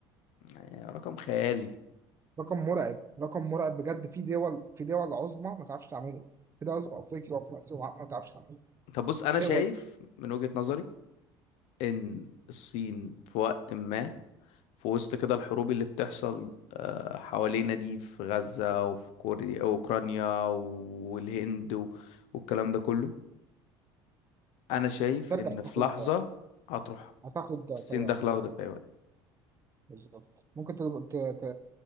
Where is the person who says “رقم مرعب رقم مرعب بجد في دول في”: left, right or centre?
Right